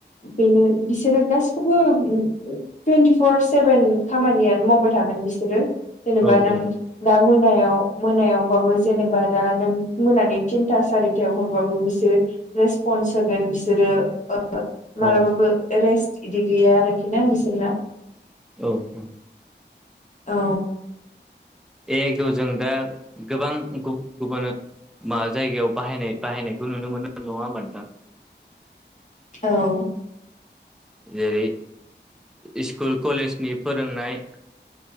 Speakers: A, on the left; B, in the centre.
A: बेनो बिसोरो गासिखौबो उम टुवन्टिफर सेभेन खामानियानो मावबाय थागोन बिसोरो। जेनेबा
B: औ
A: नों
B: औ
A: दा मोनायाव मोनायावबाबो जेनेबा दा नों मोनानि थिनथा सारिथायाव हरबाबो बिसोर रेसपन्स होगोन बिसोरो ओ मालाबाबो
B: औ
A: रेस्ट बिदि गैया आरोखि ना बिसोरना।
B: औ औ।
A: औ।
B: ए गो जों दा गोबां गुबुन गुबुन मा जायगायाव बाहायनाय बाहायनायखौ नुनो मोनो नङा होमबा नोंथां
A: औ
B: जेरै इस्कुल कलेजनि फोरोंनाय